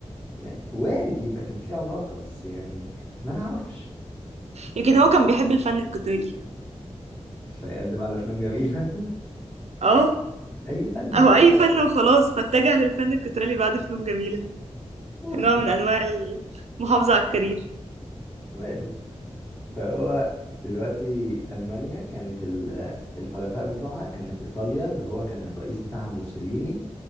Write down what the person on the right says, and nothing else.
يمكن هو كان بيحب الفن القتالي
اه
او
اي فن وخلاص فاتجه للفن القتالي بعد فنون جميلة
كنوع من انواع المحافظة على الكارير